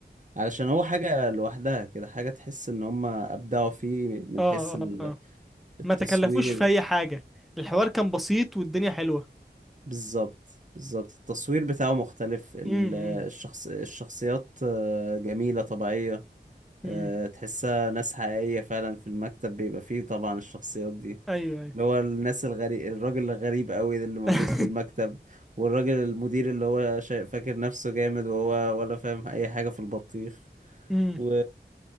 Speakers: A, on the right (about 45°); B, in the centre.
A: علشان هو حاجة لوحدها كده حاجة تحس ان هم ابدعوا فيه من
B: اه
A: حيث ال-
B: اه آه.
A: التصوير
B: ما تكلفوش في اي حاجه الحوار كان بسيط والدنيا حلوه
A: بالظبط بالظبط التصوير بتاعه مختلف ال-
B: امم
A: الشخص الشخصيات آه، جميلة طبيعية
B: امم
A: آه، تحسها ناس حقيقية فعلا في المكتب بيبقى فيه طبعا الشخصيات دي
B: ايوه ايوه
A: اللي هو الناس الغريب الراجل الغريب قوي ده اللي موجود
B: <laughs>
A: في المكتب والراجل المدير اللي هو شا... فاكر نفسه جامد وهو ولا فاهم أي حاجة في البطيخ
B: امم
A: و